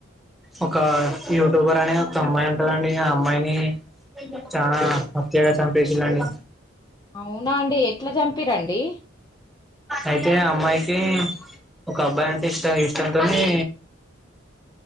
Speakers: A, in the centre; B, on the left.
A: ఒక యూట్యూబర్ అనే ఒక అమ్మాయి ఉంటుందండి ఆ అమ్మాయిని చాలా హత్యగా చంపించళండి
B: అవునా అండి ఎట్లా చంపి రండి
A: అయితే అమ్మాయికి ఒక అబ్బాయి అంటే ఇష్ట ఇష్టంతోని